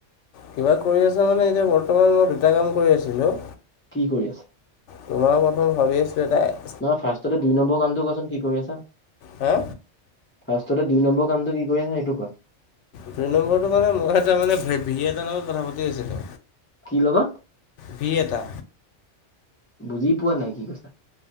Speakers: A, on the left; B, on the left.
A: কিবা কৰি আছা মানে এতিয়া বৰ্তমান মই দুটা কাম কৰি আছিলোঁ।
B: কি কৰি আছে?
A: তোমাৰ প্ৰথম ভাবি আছোঁ এ তাই
B: নহয় ফাৰ্ষ্টতে দুই নম্বৰ কামটো কোৱা চোন কি কৰি আছা?
A: হা
B: ফাৰ্ষ্টততে দুই নম্বৰ কামটো কি কৰি আছা সেইটো কোৱা?
A: দুই নম্বৰটো মানে মই এটা মানে ভে ভিনি এটা লগত কথা পাতি আছিলো।
B: কি লগত?
A: ভি এটা।
B: বুজি পোৱা নাই কি কৈছা?